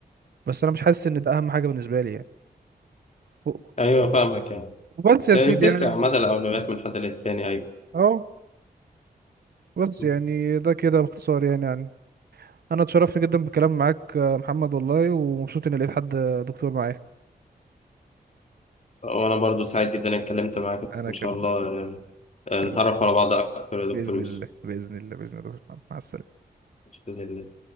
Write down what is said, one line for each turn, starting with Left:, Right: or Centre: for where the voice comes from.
Right: بس أنا مش حاسس إن ده أهم حاجة بالنسبة لي يعني
Left: ايوه فاهمك يعني
Right: وبس يا سيدي
Left: بتفرق
Right: يعني
Left: عامة الاولويات من حد للتاني ايوه
Right: اهو بس
Left: مم.
Right: يعني ده كده باختصار يعني يعني انا اتشرفت جدا بالكلام معاك آه، محمد والله ومبسوط اني لقيت حد آه، دكتور معايا
Left: وانا برضو سعيد جدا اني اتكلمت معاك
Right: انا
Left: ان
Right: كمان
Left: شاء الله يعني آه،
Right: اتكلم
Left: نتعرف على بعض اكتر يا
Right: باذن
Left: دكتور يوسف
Right: الله باذن الله باذن الله مع السلامه
Left: بإذن الله